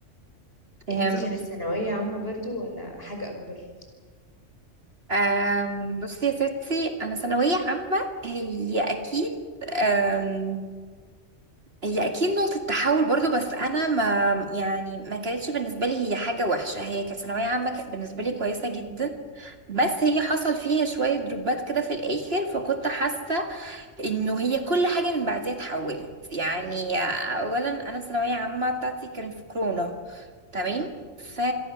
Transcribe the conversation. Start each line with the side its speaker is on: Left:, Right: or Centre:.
Right: فهمت.
Left: انتي كانت ثانوية عامة برضو ولا حاجة اكبر
Right: أم، بصي يا ستي انا ثانويه عامه هي اكيد أم، هي اكيد نقطه تحول برضو بس انا ما يعني ما كانتش بالنسبه لي هي حاجه وحشه هي كانت ثانويه عامه كانت بالنسبه لي كويسه جدا بس هي حصل فيها شويه دروبات كده في الاخر فكنت حاسه انه هي كل حاجه من بعديها اتحولت يعني اولا انا الثانويه عامه بتاعتي كانت في كورونا تمام ف
Left: مم.